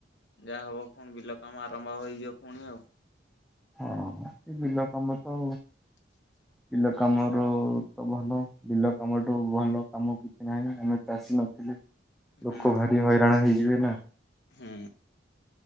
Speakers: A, on the left; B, in the centre.
A: ଯାହା ହବ ପୁଣି ବିଲ କାମ ଆରମ୍ଭ ହେଇଯିବ ପୁଣି ଆଉ।
B: ହଁ, ଏଇ ବିଲ କାମ ତ।
A: <inaudible>
B: ବିଲ କାମ ରୁ ତ ଭଲ ବିଲ କାମଠୁ ଭଲ କାମ କିଛି ନାହିଁ ଆମେ ଚାଷୀ ନଥିଲେ
A: ହୁଁ
B: ଲୋକ ଭାରି ହଇରାଣ ହେଇଯିବେ ନା।
A: ହୁଁ।